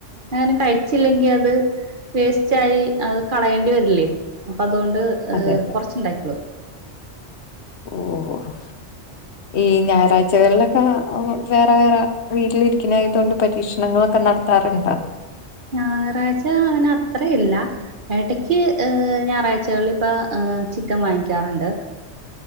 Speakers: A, on the right; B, on the left.
A: ങ്ങാനും കഴിച്ചില്ലെങ്കി അത് വേസ്റ്റായി അത് കളയേണ്ടി വരില്ലേ അപ്പൊ അതോണ്ട് ഏഹ്
B: അതെ അതെ
A: കൊറച്ചുണ്ടാക്കീളു
B: ഓഹ് ഈ ഞായറാഴ്ചകളിലൊക്കെ വേറെ വേറെ വീട്ടിലിരിക്കണായതുകൊണ്ട് പരീക്ഷണങ്ങളൊക്കെ നടത് ത്താറണ്ടാ?
A: ഞായറാഴ്ച അങ്ങനെ അത്രേയില്ല എടയ്ക്ക് ഞായറാഴ്ചകളിലിപ്പ ഏഹ് ചിക്കൻ വാങ്ങിക്കാറുണ്ട്.